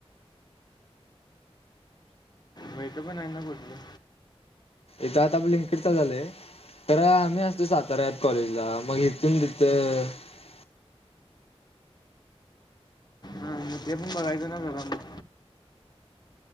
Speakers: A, on the left (about 40°); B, on the left (about 65°).
A: म हीथं पण आहे ना कुठलं,,
B: इथ आता आप लिंकड चालू झालंय,, तर आम्ही असतो साताऱ्यात, कॉलेजला, मग इथून तीथ,,,,
A: हां ते पण बघयचं ना जरा मग,,,